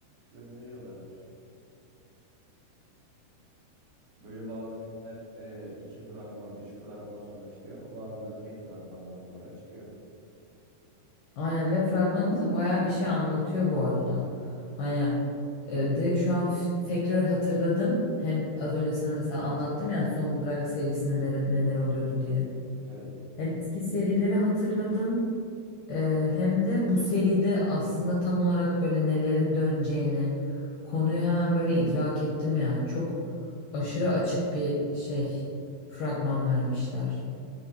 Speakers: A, on the right; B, on the left.
A: gönderiyorlardır. Böyle bazı filmler e, iki fragman, üç fragman sonra çıkıyor ama bazıları tek fragmandan sonra çıkıyor.
B: Aynen ve fragmanında da bayağı bir şey anlatıyor bu arada. Hani e, direkt şu an f- tekrar hatırladım. Hem az önce sana mesela anlattım ya Son Durak serisinde neler, neler oluyordu diye.
A: Evet.
B: Hem eski serileri hatırladım e, hem de bu seride aslında tam olarak böyle nelerin döneceğini konuyu hemen böyle idrak ettim yani. Çok aşırı açık bir şey fragman vermişler.